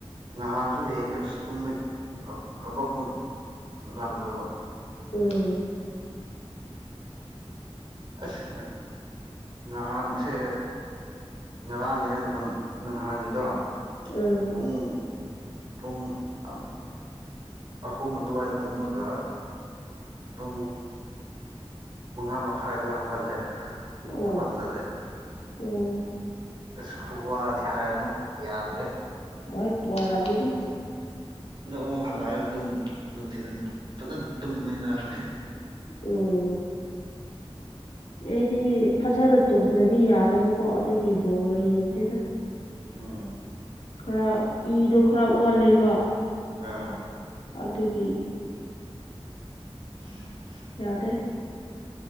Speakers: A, on the right (about 50°); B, on the left (about 85°).
A: ꯅꯍꯥꯟꯁꯨ ꯌꯦꯡꯕ ꯏꯁ ꯇꯨꯝꯃꯤ ꯍꯧꯒꯠꯄꯨ ꯉꯝꯗꯕ
B: ꯎꯝ
A: ꯑꯁ ꯉꯍꯥꯟꯁꯦ ꯉꯔꯥꯡꯒꯤ ꯅꯠꯗꯕ ꯅꯍꯥꯟꯒꯤꯗꯣ
B: ꯎꯝ
A: ꯄꯨꯡ ꯄꯨꯡ ꯑ ꯑꯍꯨꯝ ꯑꯗꯨꯋꯥꯏꯗ ꯇꯨꯝꯃꯒ ꯄꯨꯡ ꯃꯉꯥ ꯃꯈꯥꯏ ꯑꯗꯨꯋꯥꯢ ꯍꯥꯒꯠꯂꯦ ꯑꯗꯨꯝ
B: ꯑꯣ
A: ꯊꯕꯛ ꯆꯠꯂꯦ
B: ꯎꯝ
A: ꯑꯁ ꯈꯨꯋꯥꯗꯤ ꯍꯥꯏꯔꯅꯨ ꯌꯥꯗ꯭ꯔꯦ
B: ꯍꯣꯏ ꯋꯥꯔꯝꯒꯅꯤ
A: ꯑꯗꯨ ꯑꯃꯨꯛ ꯍꯜꯂꯛꯑꯒ ꯑꯗꯨꯝ ꯅꯨꯡꯊꯤꯜ ꯐꯖꯅ ꯇꯨꯝꯃꯦ ꯉꯔꯥꯡꯗꯤ
B: ꯎꯝ ꯑꯩꯗꯤ ꯐꯖꯅ ꯇꯨꯝꯗ꯭ꯔꯗꯤ ꯌꯥꯗꯕꯀꯣ ꯑꯗꯨꯒꯤ ꯕꯣꯜꯒ ꯌꯦꯡꯗꯦꯗ
A: ꯑꯥ
B: ꯈꯔ ꯏꯗꯣ ꯈꯔ ꯋꯥꯠꯂꯦꯕ
A: ꯑꯥ
B: ꯑꯗꯨꯒꯤ
A: <inaudible>
B: ꯌꯥꯗꯦ